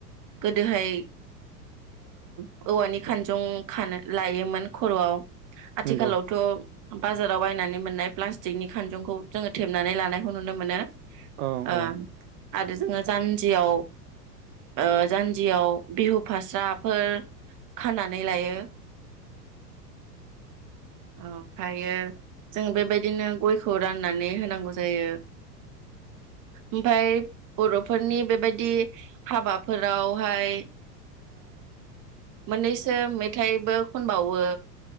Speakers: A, on the right (about 40°); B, on the right (about 60°).
A: गोदोहाय ओ औवानि खानजं खानो लायोमोन खर'आव आथि
B: नंगौ
A: खाालाव बाजाराव बायनानै मोननाय प्लास्टिकनि खानजंखौ जोङो थेबनानै लानायखौ नुनो मोनो
B: औ
A: ओ
B: औ
A: आरो जोङो जान्जियाव ओ जान्जियाव बिहु फास्राफोर खानानै लायो। ओमफ्रायो जों बेबायदिनो गयखौ राननानै होनांगौ जायो ओमफाय बर'फोरनि बेबायदि हाबाफोरावहाय मोननैसो मेथाइबो खनबावो